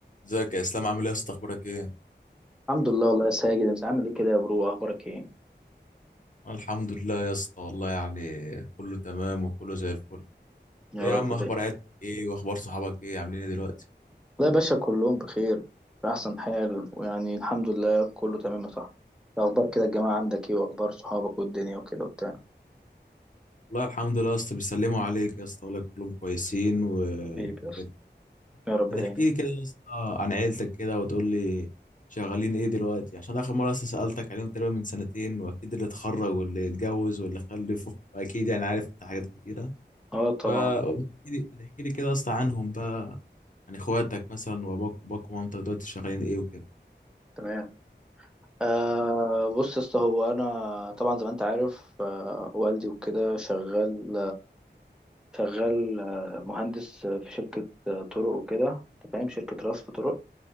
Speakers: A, on the left; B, in the centre.
A: ازيك يا اسلام عامل ايه يا اسطى اخبارك ايه
B: الحمد لله والله يا ساجد انت عامل ايه كده يا برو اخبارك ايه
A: أنا الحمد لله يا اسطى والله يعني كله تمام وكله زي الفل
B: يا
A: ايه يا
B: رب
A: عم اخبار
B: دايما
A: عيلتك ايه واخبار صحابك ايه عاملين ايه دلوقتي
B: لا يا باشا كلهم بخير بأحسن حال ويعني الحمد لله كله تمام يا صاحبي إيه اخبار كده الجماعة عندك ايه واخبار صحابك والدنيا وكده وبتاع
A: والله الحمد لله يا اسطى بيسلموا عليك يا اسطى والله كلهم كويسين و...
B: حبيبي
A: وكده
B: يا اسطى يا رب
A: هتحكي
B: دايما
A: لي كده يا اسطى عن عيلتك كده وتقول لي شغالين ايه دلوقتي عشان اخر مره اصلا سالتك عليهم تقريبا من سنتين واكيد اللي اتخرج واللي اتجوز واللي خلف اكيد يعني عارف انت حاجات كتيره
B: اه طبعا
A: فاحكي لي احكي لي كده يا اسطى عنهم بقى يعني اخواتك مثلا واباك واباك ومامتك دلوقتي شغالين ايه وكده
B: تمام آه بص يا اسطى هو انا طبعا زي ما انت عارف آه والدي وكده شغال شغال آه، مهندس في شركة آه، طرق وكده انت فاهم شركة رصف طرق